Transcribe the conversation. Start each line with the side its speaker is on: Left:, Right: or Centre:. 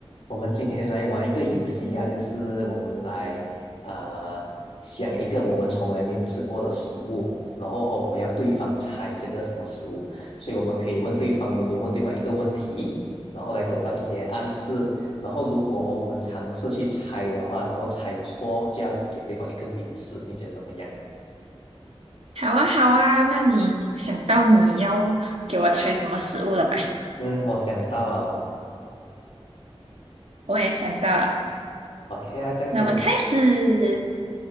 Left: 我们今天来玩一个游戏啊，就是我们来啊、呃想一个我们从来没有吃过的食物，然后和我们要对方猜这个什么食物，所以我们可以问对方轮流问对方一个问题，然后来得到一些暗示，然后如果我们尝试去猜的话，然后猜错就要给对方一个明示，你觉得怎么样？
Right: 好啊，好啊，那你想到你要给我猜什么食物了吗？
Left: 嗯，我想到啊，我
Right: 我也想到了，
Left: OK 啊，这样子我。
Right: 那么开始